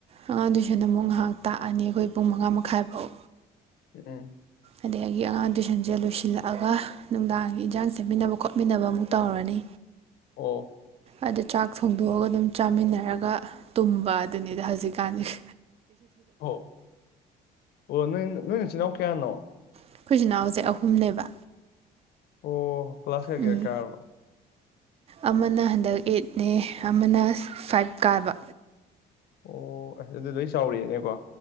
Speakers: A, on the right (about 35°); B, on the left (about 70°).
A: ꯑꯉꯥꯡ ꯗꯨꯨꯏꯁꯟ ꯑꯃꯨꯛ ꯉꯥꯏꯍꯥꯛ ꯇꯥꯛꯑꯅꯤ ꯑꯩꯈꯣꯏ ꯄꯨꯡ ꯃꯉꯥ ꯃꯈꯥꯏꯐꯥꯎ
B: ꯎꯝ
A: ꯑꯗꯩ ꯑꯩꯒꯤ ꯑꯉꯥꯡ ꯇꯨꯏꯁꯟꯁꯦ ꯂꯣꯏꯁꯤꯜꯂꯛꯑꯒ ꯅꯨꯡꯗꯥꯡꯒꯤ ꯏꯟꯖꯥꯡ ꯁꯦꯝꯃꯤꯟꯅꯕ ꯈꯣꯠꯃꯤꯟꯅꯕ ꯑꯃꯨꯛ ꯇꯧꯔꯅꯤ
B: ꯑꯣ
A: ꯑꯗꯨ ꯆꯥꯛ ꯊꯣꯡꯗꯣꯛꯑꯒ ꯑꯗꯨꯝ ꯆꯥꯃꯤꯟꯅꯔꯒ ꯇꯨꯝꯕ ꯑꯗꯨꯅꯤꯗ ꯍꯧꯖꯤꯛꯀꯥꯟꯖꯦ
B: ꯍꯣ ꯑꯣ ꯅꯪ ꯅꯣꯏ ꯅꯆꯤꯜ ꯅꯅꯥꯎ ꯀꯌꯥꯅꯣ
A: ꯑꯩꯈꯣꯏ ꯏꯆꯤꯟ ꯏꯅꯥꯎꯁꯦ ꯑꯍꯨꯝꯅꯦꯕ
B: ꯑꯣ ꯀ꯭ꯂꯥꯁ ꯀꯌꯥ
A: ꯎꯝ
B: ꯀꯌꯥ ꯀꯥꯔꯕ꯫
A: ꯑꯃꯅ ꯍꯟꯗꯛ ꯑꯦꯠꯅꯦ ꯑꯃꯅ ꯐꯥꯏꯚ ꯀꯥꯕ꯫
B: ꯑꯣ ꯑꯁ ꯑꯗꯨꯗꯤ ꯂꯣꯏ ꯆꯥꯎꯔꯛꯑꯦꯅꯦꯀꯣ꯫